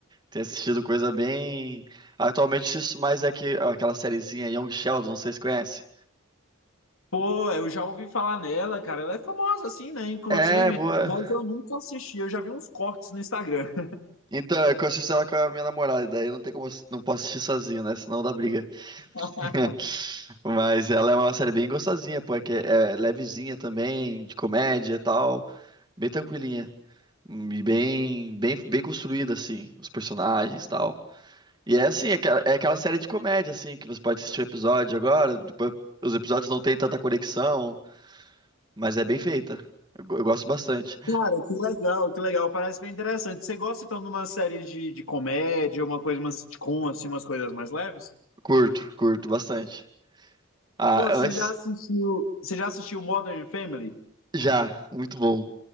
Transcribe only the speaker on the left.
Pô, eu já ouvi falar nela, cara, ela é famosa assim, né? Inclusive,
mas eu nunca assisti, eu já vi uns cortes no Instagram.
<laughs>
Cara, que legal, que legal, parece bem interessante. Você gosta então de uma série de, de comédia, uma coisa, uma sitcom, assim, umas coisas mais leves?
Pô, você
já assistiu, você já assistiu Modern Family?